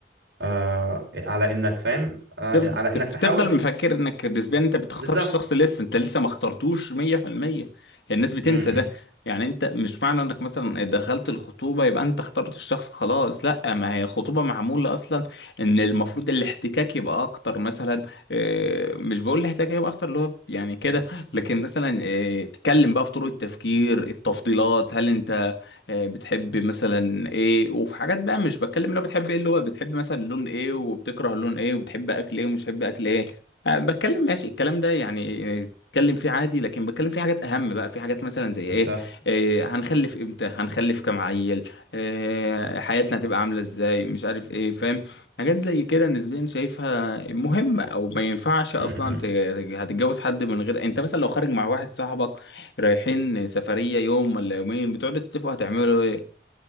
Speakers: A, on the right; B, on the left.
A: آه على انك فاهم آه
B: تف-
A: على انك
B: تف-
A: تحاول
B: تفضل مفكر انك نسبيا انت بتختار
A: بالظبط
B: الشخص لسه انت لسه ما اخترتوش 100% الناس بتنسى
A: م- م،
B: ده يعني انت مش معنى انك مثلا دخلت الخطوبة يبقى انت اخترت الشخص خلاص لا ما هي الخطوبة معمولة اصلا ان المفروض الاحتكاك يبقى اكتر مثلا آه، مش بقول الاحتكاك يبقى اكتر اللي هو يعني كده لكن مثلا آه، تتكلم بقى في طرق التفكير التفضيلات هل انت آه، بتحب مثلا ايه وفي حاجات بقى مش بتكلم لو بتحب ايه اللي هو بتحب مثلا لون ايه وبتكره لون ايه وبتحب اكل ايه ومش بتحب اكل ايه أه بتكلم ماشي الكلام ده يعني آه، اتكلم فيه عادي لكن بتكلم فيه حاجات اهم بقى في حاجات مثلا زي
A: بالظبط
B: ايه, إيه هنخلف امتى هنخلف كام عيل إيه حياتنا هتبقى عامله ازاي مش عارف ايه فاهم حاجات زي كده نسبيا شايفها مهمه او ما ينفعش اصلا
A: م- م-
B: ت- هتتجوز حد من غير انت مثلا لو خارج مع واحد صاحبك رايحين سفرية يوم ولا يومين بتقعدوا تتفقوا هتعملوا ايه